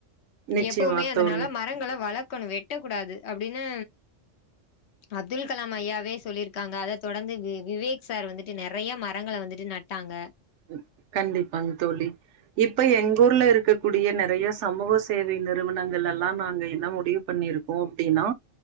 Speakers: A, on the right; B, on the left.
A: நிச்சயமா
B: எப்பவுமே அதனால
A: தோழி
B: மரங்கள வளக்கணு வெட் ட கூடாது அப்டின்னு அப்துல் கலாம் ஐயாவே சொல்லிருக்காங்க அத தொடந்து வி விவேக் சார் வந்துட்டு நறைய மரங்கள வந்துட்டு நட்டாங்க
A: அ கண்டிப்பாங் தோழி இப்ப எங் ஊர்ல இருக்கக்கூடிய நறைய சமூக சேவை நிறுவனங்கள்லெல்லா நாங்க என்ன முடிவு பண்ணிருக்கோ அப்டினா